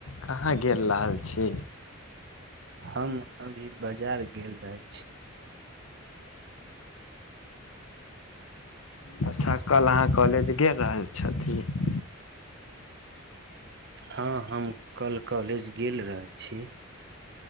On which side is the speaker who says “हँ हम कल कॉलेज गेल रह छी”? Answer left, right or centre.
Right